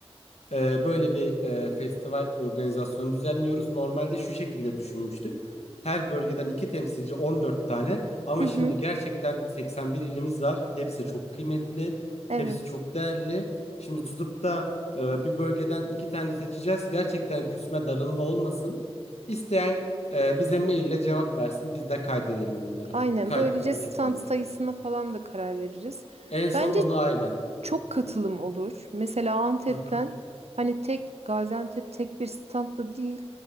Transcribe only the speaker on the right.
Hı hı.
Evet.
Aynen.
Böylece stand
sayısına falan da karar veririz.
Bence
çok katılım olur. Mesela Antep'ten
hani tek Gaziantep tek bir standta değil.